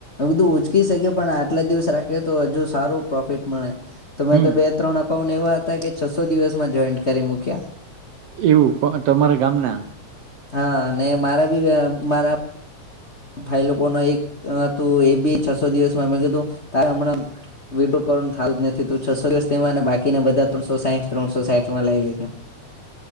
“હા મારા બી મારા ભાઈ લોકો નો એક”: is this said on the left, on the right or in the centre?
Left